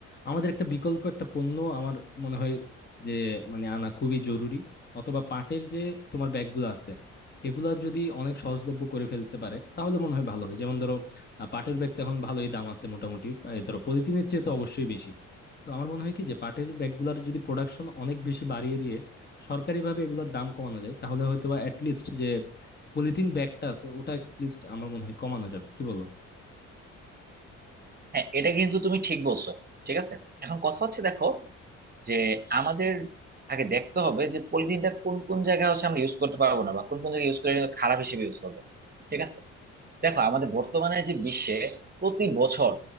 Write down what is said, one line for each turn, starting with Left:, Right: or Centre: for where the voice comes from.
Left: আমাদের একটা বিকল্প একটা পণ্য আমার মনে হয় যে মানে আনা খুবই জরুরি অথবা পাটের যে তোমার ব্যাগগুলো আছে এগুলা যদি অনেক সহজলভ্য করে ফেলতে পারে তাহলে মনে হয় ভালো হয় যেমন ধরো আহ, পাটের ব্যাগটা এখন ভালোই দাম আছে মোটামুটি আহ, ধরো পলিথিনের চেয়ে তো অবশ্যই বেশি তো আমার মনে হয় কি যে পাটের ব্যাগগুলোর যদি প্রোডাকশন অনেক বেশি বাড়িয়ে দিয়ে সরকারিভাবে এগুলোর দাম কমানো যায় তাহলে হয়তোবা বা লিস্ট যে পলিথিন ব্যাগটা আছে ওটা লিস্ট আমার মনে হয় কমানো যাবে কি বলো
Right: হ্যাঁ এটা কিন্তু তুমি ঠিক বলছো ঠিক আছে এখন কথা হচ্ছে দেখো যে আমাদের আগে দেখতে হবে যে পলিথিনটা কোন কোন জায়গায় হচ্ছে আমরা ইউজ করতে পারবো না বা কোন কোন জায়গায় ইউজ করলে কিন্তু খারাপ হিসেবে ইউজ করবো ঠিক আছে দেখো আমাদের বর্তমানে যে বিশ্বে প্রতি বছর